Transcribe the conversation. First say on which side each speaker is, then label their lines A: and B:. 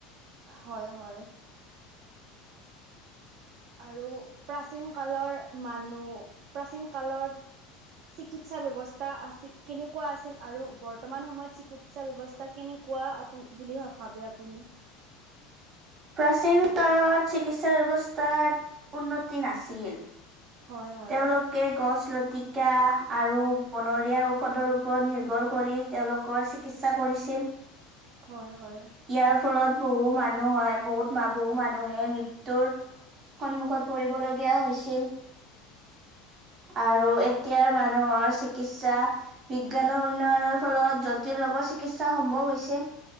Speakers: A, on the right (about 60°); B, on the right (about 35°).
A: হয় হয়। আৰু প্ৰাচীন কালৰ মানুহ প্ৰাচীন কালত চিকিৎসা ব্যৱস্থা আছি কেনেকুৱা আছিল আৰু বৰ্তমান সময়ত চিকিৎ- সা ব্যৱস্থা কেনেকুৱা আপ বুলি ভাব ভাবে আপুনি
B: প্ৰাচীনত চিকিৎসা ব্যৱস্থাত উন্নতি নাছিল।
A: হয় হয়
B: তেওঁলোক কে গছ লতিকা আৰু বনৰীয়া ঔষধৰ ওপৰত নিৰ্ভৰ কৰি তেওঁলোক কৰ চিকিৎসা কৰিছিল।
A: হয় হয়।
B: ইয়াৰ ফলত বহু মানুহ হয় বহুত বহু মানুহে মৃত্যুৰ সন্মুখত পৰিবলগীয়া হৈছিল। আৰু এতিয়াৰ মানুহৰ চিকিৎসা বিজ্ঞানৰ উন্নয়নৰ ফলত জটিল ৰগত চিকিৎসা সম্ভৱ হৈছে।